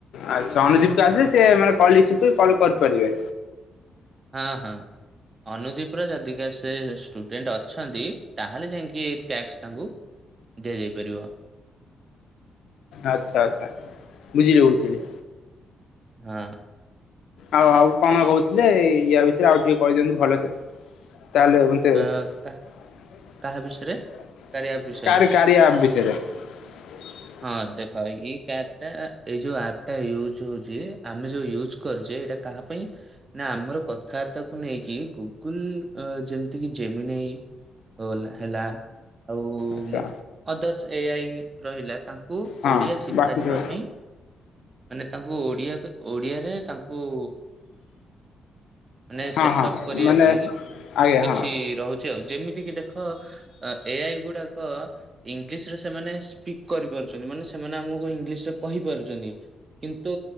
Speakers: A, on the left; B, on the right.
A: ଆଚ୍ଛା ଅନୁଦୀପ୍ ତ ଆସେ ସେ ମାନେ କଲ୍ ରିସିଭ୍ କି କଲ୍ କରିପାରିବେ।
B: ହଁ ହଁ ଅନୁଦୀପର ଯଦିକା ସେ ଷ୍ଟୁଡେଣ୍ଟ ଅଛନ୍ତି। ତାହେଲେ ଯାଇକି ଟ୍ୟାକ୍ସ ତାଙ୍କୁ ଦିଆଯାଇ ପାରିବ।
A: ଆଚ୍ଛା ଆଚ୍ଛା ବୁଝିଲି ବୁଝିଲି।
B: ହଁ।
A: ଆଉ ଆଉ କଣ କହୁଥିଲେ ୟା ବିଷୟରେ ଆଉ ଟିକେ କହିଦିଅନ୍ତୁ ଭଲସେ। ତାହେଲେ ଏବଂ କେ-କାରି
B: ଅ କା କାହା ବିଷୟରେ କାରିଆ ବିଷୟରେ।
A: କାରିଆ ଆପ୍ ବିଷୟରେ। <inaudible>
B: ହଁ ଦେଖ ଇଏ କାପ ଟା ଏଇ ଯୋଉ ଆପ୍ ଟା ୟୁଜ୍ ହଉଛି ଆମେ ଯୋଉ ୟୁଜ୍ କରୁଛେ ଏଇଟା କାହା ପାଇଁ ନା ଆମର କଥାବାର୍ତ୍ତାକୁ ନେଇକି ଗୁଗୁଲ୍ ଅ, ଯେମ ତିକି ଜମିିନେଇ ଓ ଏଲା ହେଲା ଆଉ ଉଁ,
A: ଆଚ୍ଛା
B: ଅଦର୍ଶ ଏଆଇ ରହିଲା ତାଙ୍କୁ
A: ହଁ
B: ଓଡିଆ ଶିଖାଯିବା
A: ବାକି ସବୁ
B: ପାଇଁ ମାନେ ତାଙ୍କୁ ଓଡିଆ କୁ ଓଡିଆରେ ତାଙ୍କୁ ମାନେ
A: ହଁ
B: ସେଟଅପ୍
A: ହଁ
B: କରିବା
A: ମାନେ
B: ପାଇଁ
A: ଆଜ୍ଞା
B: କିଛି
A: ହଁ
B: ରହୁଛି ଆଉ। ଯେମିତି କିି ଦେଖ ଅ, ଏଆଇ ଗୁଡାକ ଇଂଲିଶ ରେ ସେମାନେ ସ୍ପିକ୍ କରିପାରୁଛନ୍ତି ମାନେ ସେମାନେ ଆମକୁ ଇଂଲିଶ ରେ କହିପାରୁଛନ୍ତି। କିନ୍ତୁ